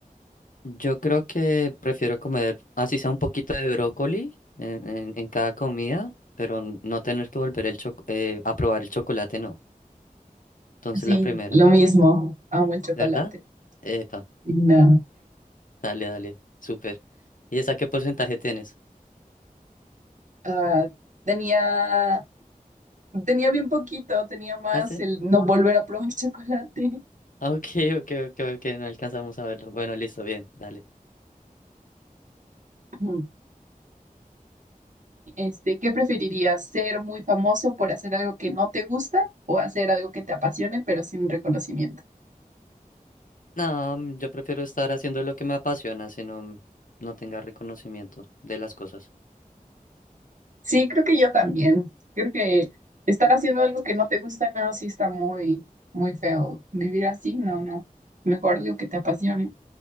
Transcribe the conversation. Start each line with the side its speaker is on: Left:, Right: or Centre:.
Left: Yo creo que prefiero comer, así sea un poquito de brócoli en, en- en cada comida, pero n- no tener que volver el choc- eh, a probar el chocolate, no. Entonces
Right: Sí,
Left: la primera,
Right: lo mismo. Amo el chocolate.
Left: ¿verdad? Epa,
Right: Y No.
Left: dale, dale, súper. ¿Y esa qué porcentaje tienes?
Right: Ah, tenía, tenía bien poquito, tenía más
Left: ¿Ah, sí?
Right: el
Left: <laughs>
Right: no volver a probar <laughs> chocolate.
Left: Ah, Ok, ok, ok, ok, no alcanzamos a verlo. Bueno, listo, bien, dale.
Right: Ujú. Este, ¿qué preferirías? ¿Ser muy famoso por hacer algo que no te gusta o hacer algo que te apasione pero sin reconocimiento?
Left: No, mm, yo prefiero estar haciendo lo que me apasiona, si no, mm, no tenga reconocimiento de las cosas.
Right: Sí, creo que yo también. Creo que estar haciendo algo que no te gusta nada sí está muy, muy feo. Vivir así, no, no. Mejor lo que te apasione.